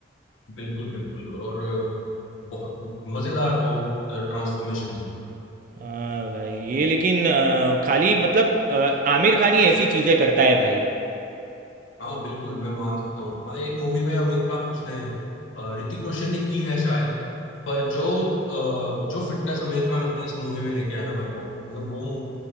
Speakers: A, on the left; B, on the right.
A: बिल्कुल बिल्कुल और बहुत मजेदार वो ट्रांसफॉर्मेशन थी
B: हाँ भाई ये लेकिन अ, खाली मतलब अ, आमिर खान ही ऐसी चीज़ें करता है भाई
A: हाँ बिल्कुल मैं मान सकता हूँ हाँ एक मूवी में आमिर खान उसने अ, ऋतिक रोशन ने की है शायद पर जो अ, जो फिटनेस आमिर खान अपनी इस मूवी में लेके आया ना भाई वो मतलब वो मू-